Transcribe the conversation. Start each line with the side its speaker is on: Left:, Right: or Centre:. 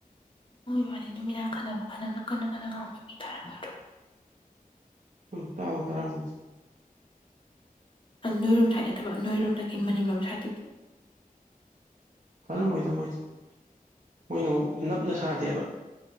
Left: ꯋꯥꯅꯤ ꯅꯨꯃꯤꯠꯅꯥꯛ ꯈꯟꯅꯕ ꯀꯥꯟꯅ ꯀꯟꯅꯥꯇꯟ ꯑꯥꯄꯤ ꯇꯔꯝ <unintelligible>
Right: ꯎꯝ ꯇꯥꯋꯣ ꯇꯥꯔꯝꯒꯅꯤ
Left: ꯅꯣꯏ ꯔꯣꯝ ꯁꯥꯏꯗ ꯅꯠꯇꯥꯕ ꯅꯣꯏꯔꯣꯝꯗꯒꯤ ꯃꯅꯤꯡꯂꯣꯝ ꯁꯥꯏꯠꯇꯒꯤ
Right: ꯀꯜꯂꯝꯃꯣꯏꯗ ꯃꯣꯏꯗꯤ ꯃꯣꯏꯗꯤ ꯃꯣꯏꯅ ꯑꯃꯨꯛ ꯅꯞꯅ ꯁꯥꯗꯦꯕ